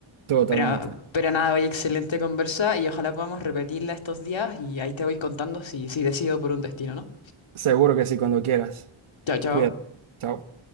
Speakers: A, on the right; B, on the left.
A: Totalmente.
B: Pero, pero nada, oye, excelente conversa y ojalá podamos repetirla estos días y ahí te voy contando si, si decido por un destino, ¿no?
A: Seguro que sí, cuando quieras.
B: Chao, chao.
A: Cuídate. Chao.